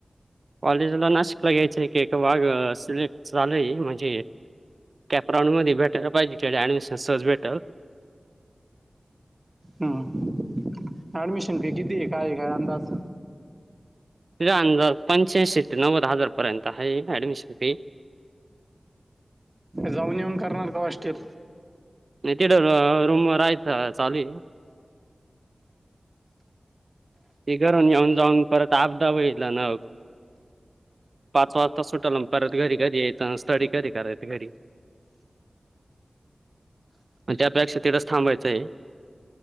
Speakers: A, on the right; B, on the right.
A: कॉलेजला नाशिकला घ्यायचंय, की एका वागस सिलेक्ट झालय, म्हणजे कॅपराऊंड मध्ये भेटायला पाहिजे ऍडमिशन सहज भेटल.
B: हम्म अऍडमिशन फी किती आहे काय काय अंदाज?
A: तुझा अंदाज पंच्याऐंशी ते नव्वद हजार पर्यंत हाये ऍडमिशन फी
B: जाऊन येऊन करणार का हॉस्टेल?
A: नि तिथ रूमवर राहायचं चालूए ते करून येऊन जाऊन परत आपदा होईल न्हव पाच वाजता सुटल अन् परत घरी कधी येत अन् स्टडी कधी करायच घरी? त्यापेक्षा तिथच थांबायचंय.